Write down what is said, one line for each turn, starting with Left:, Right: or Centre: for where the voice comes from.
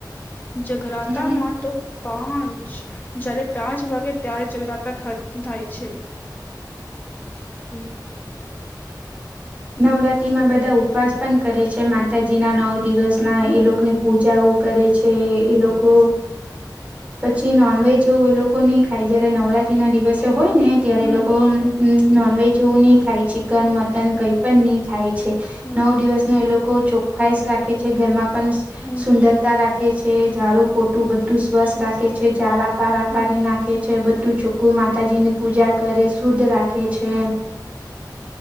Left: જગરાતામાં.
Right: હમ
Left: તો પાંચ જારે, પાંચ વાગે ત્યારે જગરાતા થાય છે. હમ
Right: નવરાત્રીમાં બધા ઉપવાસ પણ કરે છે, માતાજી ના નવ દિવસ ના
Left: હમ
Right: એ લોકોની પૂજાઓ કરે છે એ એ લોકો પછી નોનવેજ એ લોકો ની ખાઈ, જયારે નવરાત્રી ના દિવસે હોય
Left: હમ
Right: ને ત્યારે
Left: હમ
Right: એ લોકો એમ નોનવેજ એવું નહીં ખાય, ચિકન મટન કંઈ પઈ નહીં ખાય. છે,
Left: હમ
Right: નવ દિવસ ન એ લોકો ચોખાઈશ રાખે છે, ઘરમાં પણ
Left: હમ
Right: સુંદરતા રાખે છે, ઝાડું-પોટું બધું સ્વસ્થ રાખે છે, ઝાડા-પારા
Left: હમ
Right: પાડી ના રાખે છે, બધું ચોખ્ખું માતાજીની પૂજા કરે, શુદ્ધ રાખે છે.